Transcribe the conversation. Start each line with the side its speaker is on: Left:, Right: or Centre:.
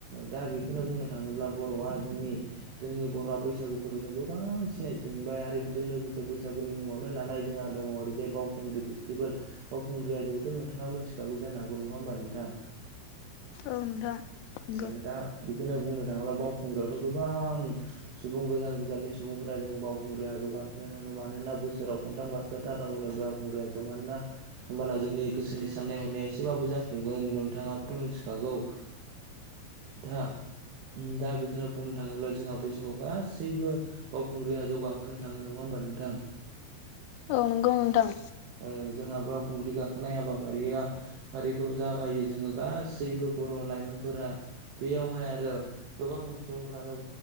Right: दा बि खौनो बुंनो थाङोब्ला बर'आ जोंनि जोंनि बर'आ बैसागु फोरबो जों गोबां सिनाय मोनबाय आरो बेजों लोगोसे बैसागुनि मुङावनो लानाय जोंहा दङ ओरैजाय बावखुंग्रि फेस्टिभेल बावखुंग्रि ग्रि हाजोखौथ' नोंथाङा मिथिखागौ जानोागौ नङा होमबा नोंथां?
Left: औ नोंथां नंगौ
Right: अ दा बेखौनो बुंनो थाङोब्ला बावखुंग्रियावथ' गोबां सुबुं गोजान गोजाननि सुबुंफोरा जों बाव खुंग्रिया हाजौ गाखोनो थाङो मानोना बोसोराव खनथाम गाखोथारनांगौनो बावखुंग्रि हाजोआव मानोना होमबाना जोंनि गोसोनि साननाय हनाया एसेबाबो जाफुंगोन नोंथाङाबोथ' मिथिखागौ दा ओम दा बेखौनो बुंनो थाङोब्ला जोंहा बैसागुआव गासैबो बावखुंग्रि हाजोआव गा खौनो थाङो नङा होमबा नोंथां
Left: औ नंगौ नोंथां
Right: ओ जोंहा बयावखुंग्रि गाखोनाय हाबाफारिया फारिखौ जागायो जोङो गासैबो बर' लाइमोन फोरा बेयावहाय आरो गोबां सुबुंफ्रानो